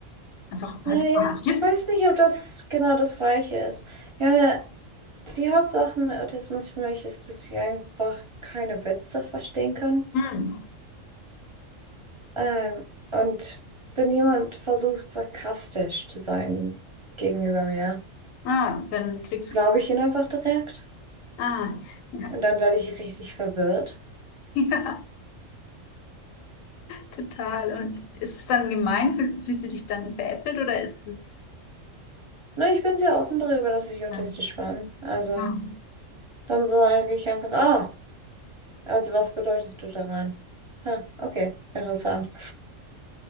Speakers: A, on the left; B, on the right.
A: einfach ein
B: Naja,
A: paar Tipps.
B: ich weiß nicht, ob das genau das Gleiche ist. Ja, Die Hauptsache mit Autismus für mich ist, dass ich einfach keine Witze verstehen kann.
A: Hm.
B: Ähm, und wenn jemand versucht, sarkastisch zu sein gegenüber mir,
A: Ah, dann kriegst
B: glaube
A: du.
B: ich ihn einfach direkt.
A: Ah, ja.
B: Und dann werde ich richtig verwirrt.
A: <laughs> Ja, total. Und ist es dann gemein? Fühl- Fühlst du dich dann veräppelt oder ist es.
B: Na, ich bin sehr offen darüber, dass ich autistisch
A: Ja.
B: bin. Also,
A: Ah.
B: dann sage ich einfach, ah, also was bedeutest du daran? Ha, okay, interessant.